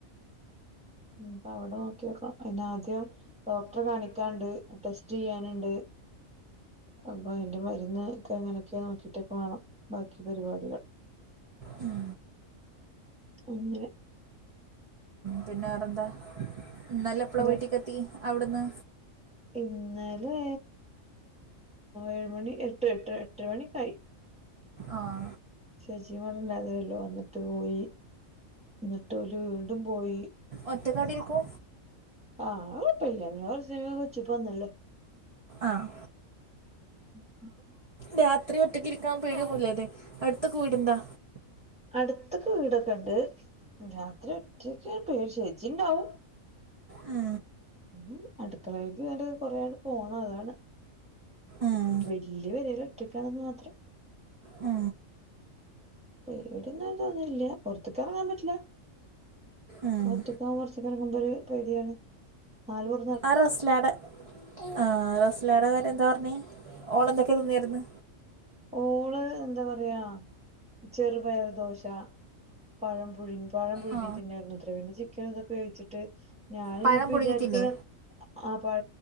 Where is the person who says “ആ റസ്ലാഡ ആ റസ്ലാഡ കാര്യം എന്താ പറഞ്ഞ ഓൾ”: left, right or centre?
Right